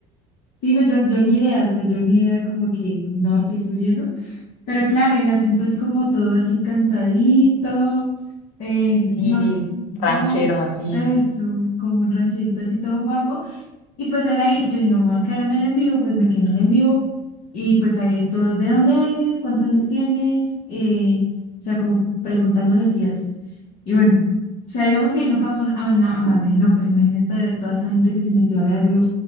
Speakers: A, on the left (about 50°); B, on the left (about 80°).
A: Sí, pues yo, yo ni idea, o sea, yo ni idea como que norte y sur y eso. Pero claro, el acento es como todo así cantadito, eh,
B: sí,
A: no sé,
B: ranchero
A: como
B: así,
A: eso, como un rancherito así todo guapo. Y pues él ahí, y yo dije, no me voy a quedar en el en vivo, pues me quedé en el en vivo. Y pues ahí todo, ¿de dónde eres? ¿Cuántos años tienes? Eh, o sea, como preguntándole así datos. Y bueno, o sea, digamos que ahí no pasó a, na- a más. Yo dije, no, pues imagínate de toda esa gente que se metió a verlo.